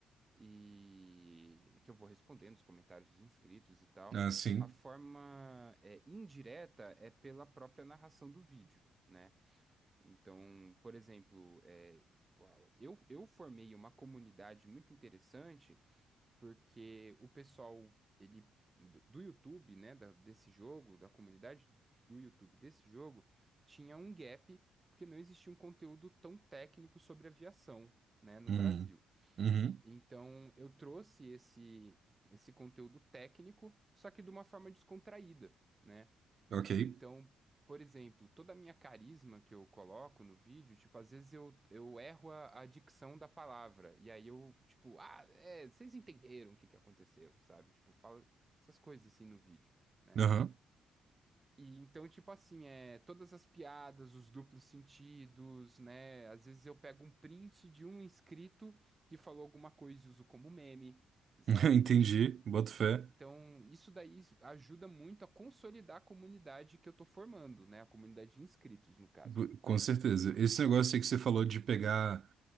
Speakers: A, on the right (about 25°); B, on the right (about 55°).
A: E é que eu vou respondendo os comentários dos inscritos e tal.
B: Ah, sim.
A: A forma, é, indireta é pela própria narração do vídeo. né? Então, por exemplo, é, uau, eu, eu formei uma comunidade muito interessante porque o pessoal ele do do YouTube, né, da- desse jogo, da comunidade do YouTube desse jogo, tinha um gap porque não existia um conteúdo tão técnico sobre aviação, né, no
B: Hum.
A: Brasil.
B: Uhum.
A: Então, eu trouxe esse esse conteúdo técnico, só que de uma forma descontraída. né?
B: Ok.
A: Então, por exemplo, toda a minha carisma que eu coloco no vídeo, tipo, às vezes eu, eu erro a, a dicção da palavra. E aí eu, tipo, ah, é, vocês entenderam o que que aconteceu, sabe? Tipo, fala essas coisas assim no vídeo. né?
B: Aham.
A: E então, tipo assim, é, todas as piadas, os duplos sentidos, né? Às vezes eu pego um print de um inscrito que falou alguma coisa e uso como meme, sabe?
B: <laughs> Entendi. Boto fé.
A: Então, isso daí ajuda muito a consolidar a comunidade que eu estou formando, né? A comunidade de inscritos, no caso.
B: Bu- Com certeza. Esse negócio aí que você falou de pegar